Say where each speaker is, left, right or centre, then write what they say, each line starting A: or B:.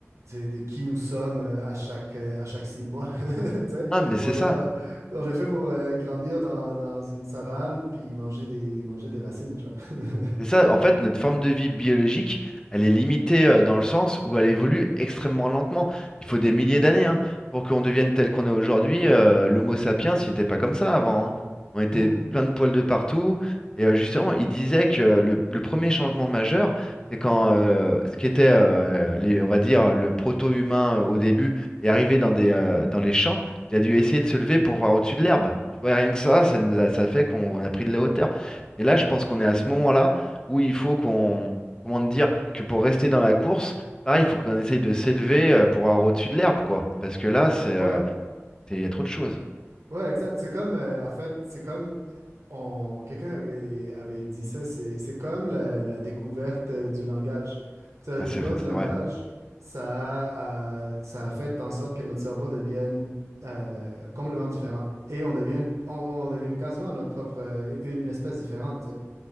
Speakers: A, on the right (about 80°); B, on the left (about 15°).
A: de de qui nous sommes euh, à chaque euh, à chaque six mois. <laughs> Tu sais,
B: Ah, mais c'est
A: on
B: ça.
A: est on, on est fait pour euh, grandir dans, dans une savane puis manger des manger des racines. tu vois. <laughs>
B: C'est ça, en fait, notre forme de vie biologique, elle est limitée euh, dans le sens où elle évolue extrêmement lentement. Il faut des milliers d'années hein, pour qu'on devienne tel qu'on est aujourd'hui. Euh, l'Homo sapiens, il n'était pas comme ça avant. hein. On était
A: Mhm.
B: plein de poils de partout. Et euh, justement, il disait que le, le premier changement majeur, c'est quand euh, ce qui était, euh, les, on va dire, le proto-humain euh, au début est arrivé dans des, euh, dans les champs, il a dû essayer de se lever pour voir au-dessus de l'herbe. Tu vois, rien que ça, ça nous
A: Ouais.
B: a, ça fait qu'on on a pris de la hauteur. Et là, je pense qu'on est à ce moment-là où il faut qu'on, comment te dire, que pour rester dans la course, pareil, il faut qu'on essaye de s'élever euh, pour avoir au-dessus de l'herbe, quoi. Parce que là, c'est, euh,
A: Ouais.
B: c'est- il y a trop de choses.
A: Ouais, exact. C'est comme, euh, en fait, c'est comme on, quelqu'un avait, avait dit ça, c'est, c'est comme la, la découverte euh, du langage. Tu sais, la
B: Ah,
A: découverte
B: c'est
A: du
B: c'est
A: langage,
B: vrai.
A: ça a, euh, ça a fait en sorte que notre cerveau devienne euh, complètement différent et on devienne, on, on devienne quasiment notre propre, euh, une, une espèce différente, tu sais.